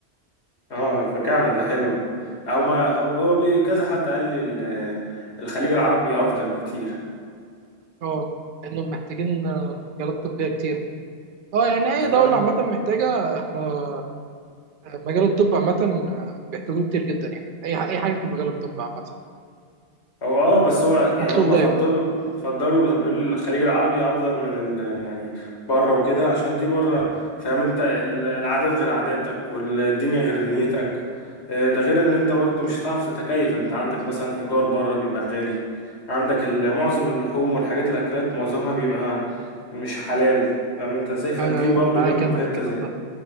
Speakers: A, on the left; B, on the right.
A: اه في كندا حلوة او ما أو هو بي كذا حد قال لي ال- الخليج العربي افضل بكتير
B: اه لانهم محتاجين آه، مجالات طبيه كتير اه يعني
A: انت
B: اي دوله
A: فاهم
B: عامه محتاجه احنا آه، مجال الطب عامه آه، بيحتاجوه كتير جدا يعني اي ح- اي حاجه في مجال الطب عامه
A: هو اه بس هو
B: مطلوب
A: يعني هم
B: دايما
A: فضلوا فضلوا بيقولوا الخليج العربي افضل من ال يعني بره وكده عشان دي بره فاهم انت ال- العادات غير عاداتك والدنيا غير دنيتك آه، ده غير ان انت برضو مش هتعرف تتكيف انت عندك مثلا ايجار بره بيبقى غالي عندك ال- معظم اللحوم والحاجات الاكلات معظمها بيبقى مش حلال فاهم انت ازاي فالدين
B: ايوه ايوه
A: برضو
B: معاك
A: بيحكم
B: انا
A: في
B: في
A: حتة
B: الكلام
A: زي
B: ده